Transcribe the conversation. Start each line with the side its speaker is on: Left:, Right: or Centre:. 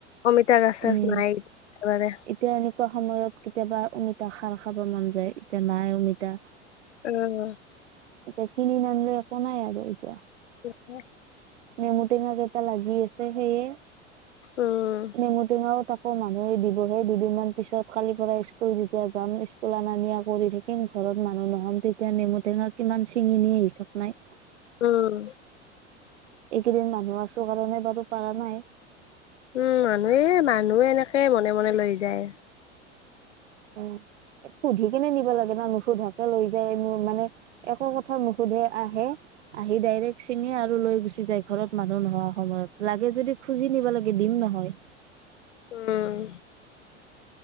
Left: অমিতা গছ চছ
Right: উম
Left: নাই একেবাৰে
Right: এতিয়া এনেকুৱা সময়ত, কেতিয়াবা অমিতা খাৰ খাব মন যায়, এতিয়া নাই অমিতা।
Left: উম।
Right: এতিয়া কিনি নানিলে একো নাই আৰু এতিয়া।
Left: <unintelligible>
Right: নেমু টেঙা কেইটা লাগি আছে সেইয়ে,
Left: উম
Right: নেমু টেঙাও তা কো মানুহে দিব, সেই দুদিনমান পিছত কালিৰ পৰা স্কুল যেতিয়া যাম, স্কুল অনা নিয়া কৰি থাকি কিম ঘৰত মানুহ নহ'ম, তেতিয়া নেমু টেঙা কিমান চিঙি নিয়ে, হিচাপ নাই।
Left: উম।
Right: এইকেইদিন মানুহ আছো কাৰণে বাৰু পাৰা নাই।
Left: উম মানুহে, মানুহে এনেকে মনে মনে লৈ যায়।
Right: উম, এ সুধি কিনে নিব লাগে না নুসুধাকে লৈ যায় মোৰ মানে। একো কথা নুসুধে, আহে আহি ডাইৰেক্ট ছিঙে আৰু লৈ গুচি যায়, ঘৰত মানুহ নহোৱা সময়ত, লাগে যদি খুজি নিব লাগে, দিম নহয়।
Left: উম।